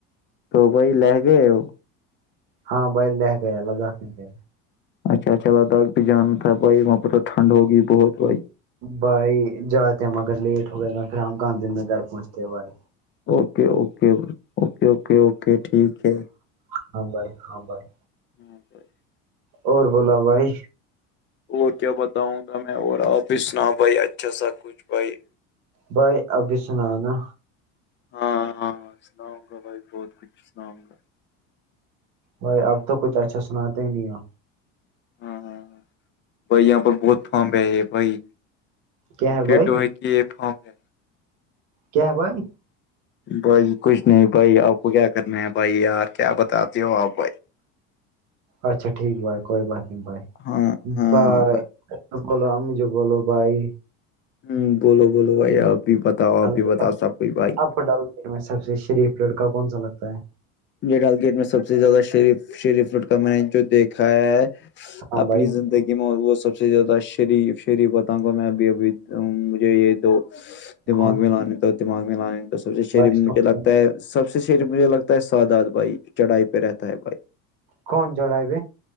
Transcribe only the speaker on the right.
ہاں بیل لے گئے الداخ نہیں کہ
بھائی جاتے ہیں ہم اگر لیٹ ہو گئے تو پھر ہم گاندھی میں گھر پہنچتے بھائی
ہاں بائی ہاں بھائی
اور بولا بھائی
بھائی ابھی سنا نا
بھائی اب تو کچھ اچھا سناتے ہی نہیں ہو
کیا
بھائی
کیا بھائی
اچھا ٹھیک بھائی کوئی بات نہیں بھائی
بائے
بو ہمیں جو بول بائی
اللہ
کا
آپ کو ڈالیر میں سب سے شریف لڑکا کون سا لگتا ہے
ہاں
بھائی
کون
بھائی سو-
کون چلائیب